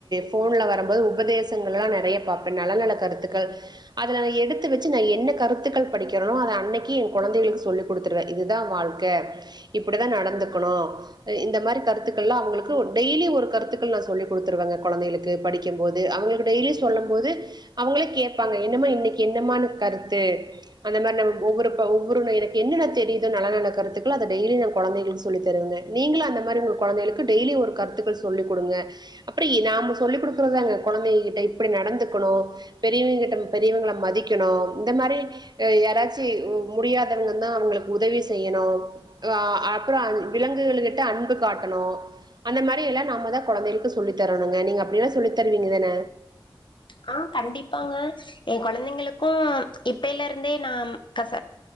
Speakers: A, on the right; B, on the left.
A: போன்ல வரும்போது உபதேசங்களல்லா நறைய பாப்பேன் நல்ல நல்ல கருத்துக்கள் அதுல நா எடுத்து வச்சு நா என்ன கருத்துக்கள் படிக்கிறனோ அத அன்னக்கி என் கொழந்தைகளுக்கு சொல்லி குடுத்துருவே இதுதா வாழ்க்க இப்பிடிதா நடந்துக்கணு இந்த மாரி கருத்துக்கள்லா அவுங்களுக்கு ஓ டெய்லி ஒரு கருத்துக்கள் நா சொல்லி குடுத்துருவங்க கொழந்தைகளுக்கு படிக்கும் போது அவுங்களுக்கு டெய்லியு சொல்லும் போது அவுங்களே கேப்பாங்க என்னம்மா இன்னிக்கு என்ன மாறி கருத்து அந்த மாரி நம் ஒவ்வொரு ப ஒவ்வொரு எனக்கு என்னன்ன தெரியுதோ நல்ல நல்ல கருத்துக்கள அத டெய்லியு நா கொழந்தைகளுக்கு சொல்லி தருவங்க நீங்களு அந்த மாரி கொழந்தைகளுக்கு டெய்லி ஒரு கருத்துக்கள் சொல்லி குடுங்க அப்பிடி நாம சொல்லிக் குடுக்கறதாங்க கொழந்தைகள்ட்ட இப்பிடி நடந்துக்கனும் பெரியவங்க கிட்ட பெரியவங்கள மதிக்கனு இந்த மாறி யாராச்சு முடியாதவங்கன்னா அவுங்களுக்கு உதவி செய்யனு ஆ அப்புற அ விலங்குகள்கிட்ட அன்பு காட்டனு அந்த மாரி எல்லா நம்மதா கொழந்தைகளுக்கு சொல்லித்தரனும்ங்க நீங்க அப்பிடில்லாம் சொல்லி தருவீங்கதான
B: ஆ கண்டிப்பாங்க என் கொழந்தைங்களுக்கும் இப்பயிலருந்தே நா கச